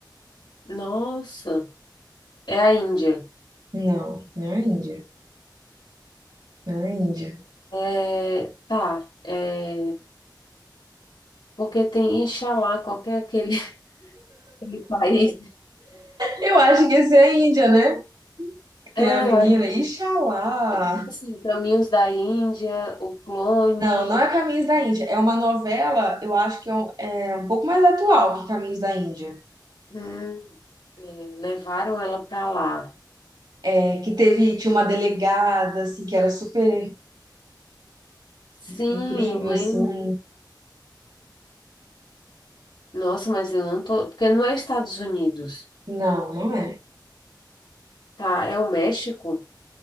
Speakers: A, on the left; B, on the right.
A: Nossa. É a Índia.
B: Não, não é Índia. Não é Índia.
A: É, tá. É, porque tem Inxalá, qualquer aquele, <laughs> aquele país.
B: Eu acho que esse é a Índia, né? Que Tem
A: Ah,
B: a menina,
A: eu acho
B: Ixalá.
A: que é assim, Caminhos da Índia, o clone,
B: Não, não é Caminhos da Índia. É uma novela, eu acho que é um, é um pouco mais atual que Caminhos da Índia.
A: hum, é, levaram ela para lá.
B: É, que teve, tinha uma delegada, assim, que era super
A: Sim,
B: incrível,
A: eu lembro.
B: assim.
A: Nossa, mas eu não tô. Porque não é Estados Unidos,
B: Não, não é.
A: tá? É o México?